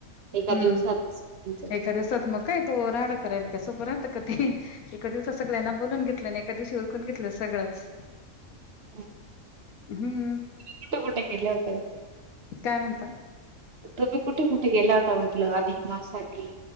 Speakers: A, on the right; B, on the left.
A: एका
B: हू
A: दिवसात दुसऱ्यांचं.
B: एका दिवसात मग काय तो राडा करायला काय सोप राहता का ते एका दिवसात सगळ्यांना बोलून घेतल न एका दिवशी उरकून घेतलं सगळंच
A: हं.
B: हम्म
A: कुठे कुठे गेले होते?
B: काय म्हणता
A: तुम्ही कुठं कुठ गेला होतं म्हणटलं अधिक माससाठी